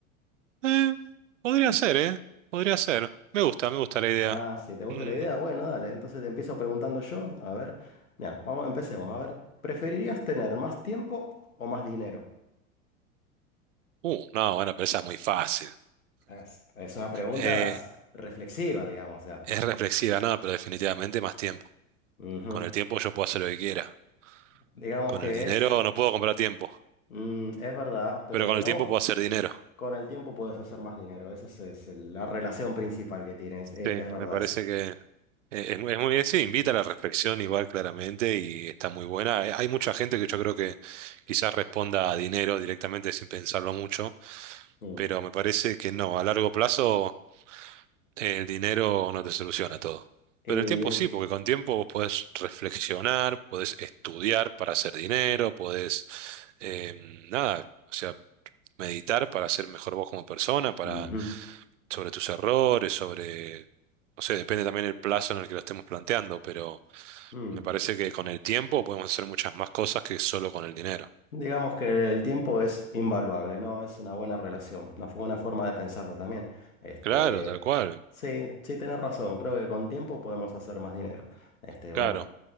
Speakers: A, on the right; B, on the left.
A: Eh, podría ser, ¿eh? Podría ser. Me gusta, me gusta la idea.
B: Ah, si te gusta
A: Mm,
B: la idea, bueno, dale. Entonces te empiezo preguntando yo. A ver, mira, vamos, empecemos. A ver, ¿preferirías tener más tiempo o más dinero?
A: Uh, no, bueno, pero esa es muy fácil.
B: Es, es una pregunta
A: Eh,
B: s- reflexiva, digamos, ya.
A: es reflexiva, nada, pero definitivamente más tiempo.
B: <laughs> Ujú.
A: Con el tiempo yo puedo hacer lo que quiera.
B: Digamos
A: Con
B: que
A: el dinero
B: es,
A: no puedo comprar tiempo,
B: mm, es verdad, pero
A: pero con
B: digamos,
A: el tiempo puedo hacer dinero.
B: con el tiempo puedes hacer más dinero. Esa es, es el- la relación principal que tienes. e-
A: Sí,
B: Es, verdad
A: me parece
B: eso.
A: que eh, es, muy, es muy- sí, invita a la reflexión igual claramente y está muy buena. Eh, Hay mucha gente que yo creo que quizás responda a dinero directamente sin pensarlo mucho
B: Mm.
A: pero me parece que no, a largo plazo eh, el dinero no te soluciona todo.
B: Y-
A: Pero el tiempo sí, porque con tiempo vos podés reflexionar, podés estudiar para hacer dinero, podés, em, nada, o sea, meditar para ser mejor vos como persona, para,
B: ujú.
A: sobre tus errores, sobre, no sé, depende también el plazo en el que lo estemos planteando, pero
B: Mm.
A: me parece que con el tiempo podemos hacer muchas más cosas que solo con el dinero.
B: Digamos que el tiempo es invaluable, ¿no? Es una buena relación, una buena forma de pensarlo también. Este,
A: Claro, tal cual,
B: sí, sí, tenés razón. Creo que con tiempo podemos hacer más dinero. Este,
A: claro.
B: bueno.